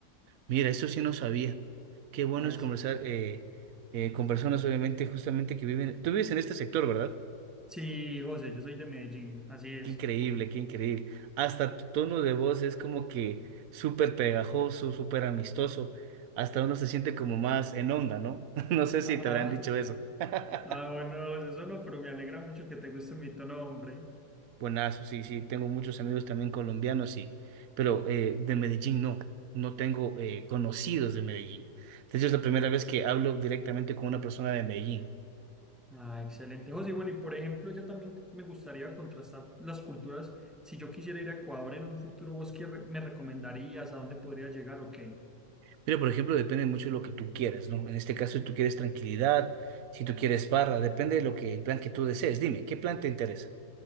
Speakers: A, on the right; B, in the centre.
A: Mira, eso sí no sabía. Qué bueno
B: Así.
A: es conversar eh, eh, con personas, obviamente, justamente que viven. Tú vives en este sector, ¿verdad?
B: Sí, José, yo soy de Medellín, así es.
A: Qué increíble,
B: Uh,
A: qué increíble. Hasta tu tono de voz es como que súper pegajoso, súper amistoso. Hasta uno se siente como más en onda, ¿no? <laughs> No sé si
B: Ah,
A: te
B: ah,
A: habrán dicho eso. <laughs>
B: ah, bueno, José, eso no, pero me alegra mucho que te guste mi tono, hombre.
A: Buenazo, sí, sí, tengo muchos amigos también colombianos, y, pero eh, de Medellín no, no tengo eh, conocidos de Medellín. De hecho, es la primera vez que hablo directamente con una persona de Medellín.
B: Ah, excelente, José. Y Bueno, y por ejemplo, yo también me gustaría contrastar las culturas. Si yo quisiera ir a Ecuador en un futuro, ¿vos qué re- me recomendarías? ¿A dónde podría llegar o qué?
A: Pero, por ejemplo, depende mucho de lo que tú quieras, ¿no? En este caso, si tú quieres tranquilidad, si tú quieres barra, depende de lo que, el plan que tú desees. Dime, ¿qué plan te interesa?